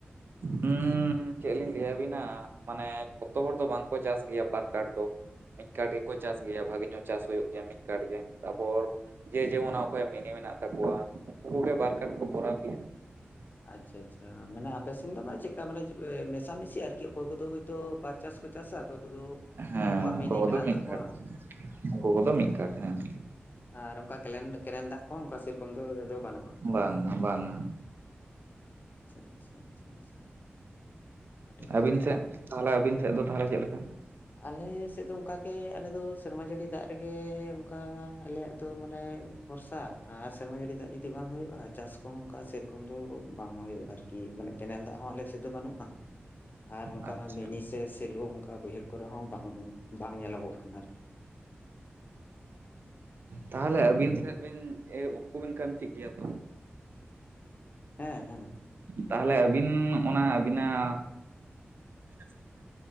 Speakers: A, on the right (about 55°); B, on the left (about 50°).
A: ᱦᱩᱸ ᱪᱮᱫ ᱞᱤᱧ ᱞᱟᱹᱭᱟ ᱵᱤᱱᱟ ᱢᱟᱱᱮ ᱡᱷᱚᱛᱚ ᱦᱚᱲ ᱫᱚ ᱵᱟᱝ ᱠᱚ ᱪᱟᱥ ᱜᱮᱭᱟ ᱵᱟᱨ ᱠᱟᱴ ᱫᱚ ᱢᱤᱫ ᱠᱟᱴ ᱜᱮᱠᱚ ᱪᱟᱥ ᱜᱮᱭᱟ ᱵᱷᱟᱜᱤ ᱧᱚᱜ ᱪᱟᱥ ᱦᱩᱭᱩᱜ ᱜᱮᱭᱟ ᱢᱤᱫ ᱠᱟᱴ ᱜᱮ ᱛᱟᱨᱯᱚᱨ ᱡᱮ ᱡᱮᱢᱚᱱ ᱚᱠᱚᱭᱟᱜ ᱢᱤᱱᱤ ᱢᱮᱱᱟᱜ ᱛᱟᱠᱚᱣᱟ ᱩᱱᱠᱩ ᱠᱚᱜᱮ ᱵᱟᱨ ᱠᱟᱴ ᱠᱚ ᱠᱚᱨᱟᱣ ᱜᱮᱭᱟ
B: ᱟᱪᱪᱷᱟ ᱟᱪᱪᱷᱟ ᱢᱟᱱᱮ ᱟᱯᱮ ᱥᱮᱱ ᱫᱚ ᱢᱟᱱᱮ ᱪᱮᱫᱠᱟ ᱢᱟᱱᱮ ᱢᱮᱥᱟᱢᱤᱥᱤ ᱟᱨᱠᱤ ᱚᱠᱚᱭ ᱠᱚᱫᱚ ᱦᱚᱭᱛᱚ ᱵᱟᱨ ᱪᱟᱥ ᱠᱚ ᱪᱟᱥᱟ ᱚᱠᱚᱭ ᱠᱚᱫᱚ
A: ᱦᱮᱸ
B: ᱡᱟᱦᱟᱸᱭ ᱠᱚᱣᱟᱜ ᱢᱤᱱᱤ
A: ᱜᱚᱜᱚ
B: ᱢᱮᱱᱟᱜ
A: ᱫᱚ ᱢᱤᱫ
B: ᱛᱟᱠᱚᱣᱟ
A: ᱠᱟᱴ
B: <inaudible>
A: ᱜᱚᱜᱚ ᱫᱚ ᱢᱤᱫ ᱠᱟᱴ ᱦᱮᱸ
B: ᱟᱨ ᱚᱱᱠᱟ ᱠᱞᱮᱱ ᱠᱞᱮᱱ ᱫᱟᱜ ᱠᱚᱦᱚᱸ ᱚᱱᱠᱟ ᱥᱮ ᱨᱚᱠᱚᱢ ᱫᱚ ᱵᱟᱹᱱᱩᱜᱼᱟ
A: ᱵᱟᱝ ᱟ ᱵᱟᱝ ᱟ
B: ᱟᱪᱪᱷᱟ ᱟᱪᱪᱷᱟ ᱟᱪᱪᱷᱟ ᱟᱪᱪᱷᱟ ᱟᱹᱰᱤ ᱱᱟᱯᱟᱭ
A: ᱟᱹᱵᱤᱱ ᱥᱮᱫ ᱛᱟᱦᱚᱞᱮ ᱟᱹᱵᱤᱱ ᱥᱮᱫ ᱫᱚ ᱛᱟᱦᱚᱞᱮ ᱪᱮᱫ ᱞᱮᱠᱟ
B: ᱟᱞᱮ ᱥᱮᱫ ᱫᱚ ᱚᱱᱠᱟ ᱜᱮ ᱟᱞᱮ ᱫᱚ ᱥᱮᱨᱢᱟ ᱡᱟᱹᱲᱤ ᱫᱟᱜ ᱨᱮᱜᱮ ᱚᱱᱠᱟ ᱟᱞᱮᱭᱟᱜ ᱫᱚ ᱢᱟᱱᱮ ᱵᱷᱚᱨᱥᱟ ᱟᱨ ᱥᱮᱨᱢᱟ ᱡᱟᱹᱲᱤ ᱫᱟᱜ ᱡᱩᱫᱤ ᱵᱟᱝ ᱦᱩᱭᱩᱜᱼᱟ ᱪᱟᱥ ᱠᱚᱦᱚᱸ ᱚᱱᱠᱟ ᱥᱮᱨᱚᱠᱚᱢ ᱫᱚ ᱵᱟᱝ ᱦᱩᱭᱩᱜᱼᱟ ᱟᱨᱠᱤ ᱢᱟᱱᱮ ᱠᱮᱱᱮᱞ ᱫᱟᱜ ᱦᱚᱸ ᱟᱞᱮ ᱥᱮᱫ ᱫᱚ ᱵᱟᱹᱱᱩᱜᱼᱟ ᱟᱨ ᱚᱱᱠᱟ
A: ᱟᱪᱪᱷᱟ
B: ᱢᱤᱱᱤ ᱥᱮ ᱥᱮᱞᱳ ᱚᱱᱠᱟ ᱵᱟᱹᱭᱦᱟᱹᱲ ᱠᱚᱨᱮ ᱦᱚᱸ ᱵᱟᱝ ᱵᱟᱝ ᱧᱮᱞᱚᱜᱚᱜ ᱠᱟᱱᱟ ᱟᱨᱠᱤ
A: ᱛᱟᱦᱚᱞᱮ ᱟᱹᱵᱤᱱ ᱥᱮᱫ ᱵᱤᱱ ᱩᱜ ᱠᱚᱵᱤᱱ ᱠᱟᱢᱪᱤᱜ ᱜᱮᱭᱟ ᱛᱚ
B: ᱦᱮᱸ ᱦᱮᱸ
A: ᱛᱟᱦᱚᱞᱮ ᱟᱹᱵᱤᱱ ᱚᱱᱟ ᱟᱹᱵᱤᱱᱟᱜ ᱛᱤᱱᱟᱹᱜ ᱥᱟᱺᱜᱤᱧ ᱜᱟᱱ